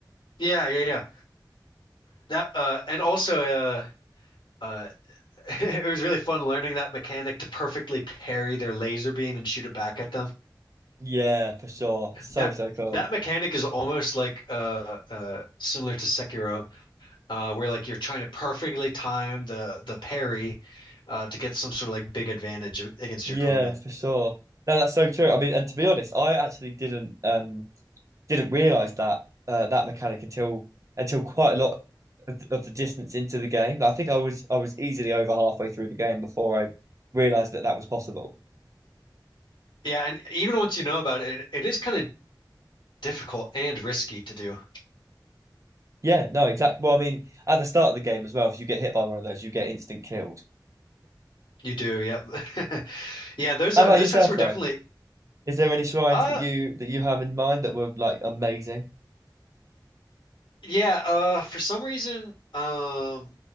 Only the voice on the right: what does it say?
Yeah, for sure. It's so
so cool.
Yeah,
for sure. No, that's so true. I mean, and to be honest, I actually didn't um didn't realize that uh, that mechanic until until quite a lot of, of the distance into the game. Like, I think I was I was easily over halfway through the game before I realized that that was possible.
Yeah, no, exactly. Well, I mean, at the start of the game as well, if you get hit by one of those, you get instant killed.
How
about
yourself
though?
Is there any shrines
that you that you have in mind that were like amazing?